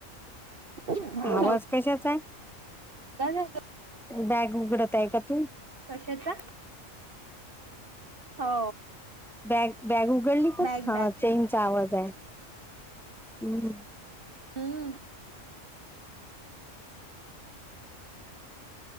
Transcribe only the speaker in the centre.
आवाज कशाचा
बॅग उघडत आहे का तू
बॅग बॅग उघडली का
हा
चेनचा आवाज आहे हम्.